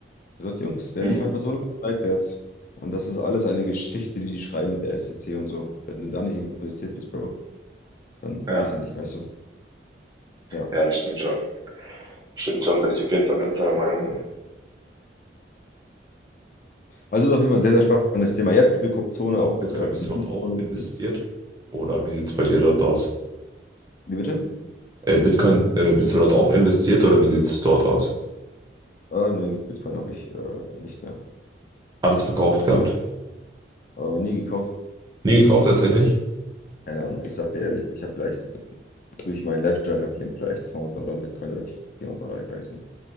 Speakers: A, on the left; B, on the right.
A: Ich habe gesagt, Jungs, der
B: mhm.
A: lief einfach so lange seitwärts. Und das ist alles eine Geschichte, die die schreiben mit der STC und so. Wenn du da nicht investiert bist, Bro, dann
B: Ja,
A: weiß ich nicht, weißt du. Ja.
B: ja, das stimmt schon. Stimmt schon, bin ich auf jeden Fall ganz deiner Meinung.
A: Also ist auf jeden Fall ein sehr, sehr spannendes Thema. Jetzt, wir gucken Zone
B: So,
A: auch,
B: Bitcoin,
A: äh,
B: bist
A: die
B: du
A: Bitcoin,
B: dort auch investiert? Oder wie sieht es bei dir dort aus?
A: wie bitte?
B: Äh, Bitcoin, äh, bist du dort auch investiert oder wie sieht es dort aus?
A: Äh, nee, Bitcoin habe ich äh, nicht mehr.
B: Alles verkauft gehabt?
A: Äh, nie gekauft.
B: Nie gekauft tatsächlich?
A: Keine Ahnung. Ich sag dir ehrlich, ich habe vielleicht durch meinen Ledger-Raffling vielleicht 200 Dollar in Bitcoin oder 400 Dollar, ich weiß nicht.